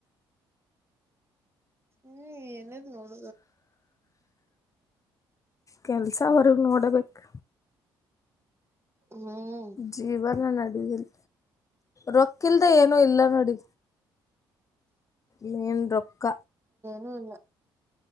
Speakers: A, on the right (about 25°); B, on the left (about 30°).
A: ಹ್ಮ್ ಎನದ ನೋಡ
B: ಕೆಲ್ಸವರ್ಗ ನೋಡಬೇಕು
A: ಹ್ಮ್
B: ಜೀವನ ನಡಗಿಲ್ಲ ರೊಕ್ಕಲ್ದ ಏನು ಇಲ್ಲ ನೋಡಿ ನೇನ್ ರೊಕ್ಕ
A: ಹ್ಮ